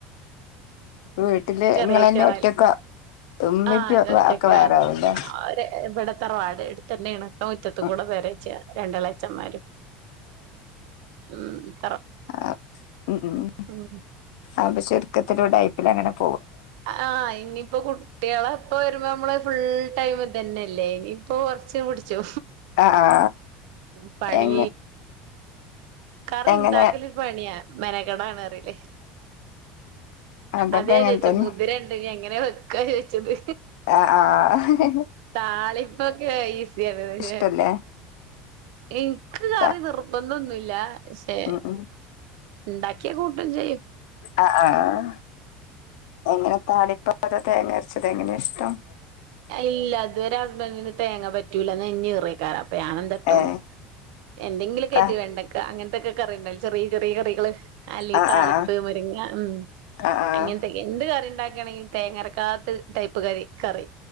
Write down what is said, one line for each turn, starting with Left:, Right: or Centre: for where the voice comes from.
Left: വീട്ടില്
Right: ചെറിയ
Left: ഇങ്ങളന്നെ
Right: കുട്ട്യാളല്ലേ
Left: ഒറ്റക്കാ ഉമ്മി
Right: ആ
Left: ഇപ്പി
Right: ഒറ്റ
Left: ഒക്കെ വേറാവൂല്ലേ
Right: അവര് ഇട തറവാട് എട്ത്തന്നെയാണ്- ടൊ മുറ്റത്ത്
Left: ഉം
Right: കൂടെ പെരച്ച് രണ്ടളെ ച്ചന്മാരും- മ് -
Left: ആഹ് മ് മ്
Right: ഉം
Left: അപ്പ ചുരുക്കത്തിലൂടായി പിന്നെങ്ങനെ -
Right: ആഹ് ഇനിയിപ്പ കുട്ടിളെ ഇപ്പ വരുമ്പ നമ്മള് ഫുൾ ടൈം ഇതന്നെല്ലെ ഇനിയിപ്പൊ കുറ ച്ച് വ്ട് ച്ചു
Left: ആ ആ
Right: മ് പണി
Left: എങ്ങനെ
Right: കറി
Left: എങ്ങനെ
Right: ഇണ്ടാക്കലൊരു പണിയാ മെനെ ക്കടാണ്റിയിലെ
Left: അതൊക്കെ
Right: അതെ
Left: അങ്ങനെ
Right: ച്ച്
Left: തന്നെ
Right: മുതിരണ്ട് ഇഞ്ഞ് എങ്ങനെ വെക്ക് ചോദിച്ചത്
Left: ആഹ് ആഹ്
Right: താളിപ്പൊക്കെ ഈസിയാണ്
Left: ഇഷ്ടല്ലേ
Right: ഹെ എനിക്ക് കറി
Left: ത-
Right: നിർബന്ധൊന്നുല്ല പഷെ
Left: ഉം ഉം
Right: ഇണ്ടാക്കിയാ കൂട്ടും ചെയ്യും
Left: ആഹ് ആഹ് എങ്ങനെ താളിപ്പ അതൊ തേങ്ങ അരച്ചത് എങ്ങനെയാ ഇഷ്ടം
Right: ഇല്ല ഇതുവരെ ഹസ്ബന്റിന് തേങ്ങ പറ്റൂല നെഞ്ഞീറെക്കാരം അപ്പെ ഞാനെന്താട്ടും
Left: ഏഹ്
Right: എന്തെങ്കിലുക്കെറ്റ്
Left: ത
Right: വെണ്ടക്ക അങ്ങൻത്തൊക്കെ കറിണ്ടാലെ ചെറിയ ചെറിയ കറികള് അല്ലെ
Left: ആഹ്
Right: താളിപ്പ്
Left: ആഹ്
Right: മുരങ്ങ ഉം
Left: ആഹ് ആഹ്
Right: അങ്ങൻത്തെക്കെ എന്ത് കറിം ഇണ്ടാക്കണെങ്കി തേങ്ങരക്കാത്ത ടൈപ്പ് കറി കറി